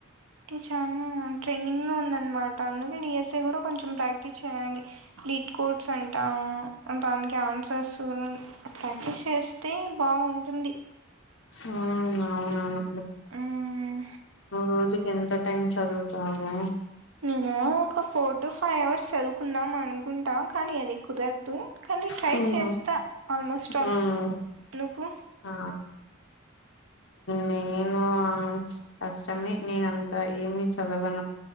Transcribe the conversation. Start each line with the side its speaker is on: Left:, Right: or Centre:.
Right: చాలా ట్రెండింగ్లో ఉందన్నమాట అందుకే డిఎస్ఏ కూడా కొంచెం ప్రాక్టీస్ చేయాలి బిట్ కోర్స్ అంట దానికి ఆన్సర్స్ ప్రాక్టీస్ చేస్తే బాగుంటుంది
Left: ఉ అవునను
Right: మ్మ్
Left: రోజు కంంత టైమ్ చదువుత అ
Right: నేను ఒక ఫోర్ టు ఫైవ్ అవర్స్ చదువుకుందాం అనుకుంటాం కానీ అది కుదర తూ కానీ ట్రై
Left: హ్మ్.
Right: చేస్తా ఆల్మోస్ట్
Left: హ్మ్.
Right: ఆల్ నువ్వు
Left: ఆ నేను కష్టమే నేన అంతా ఏమి చదవాను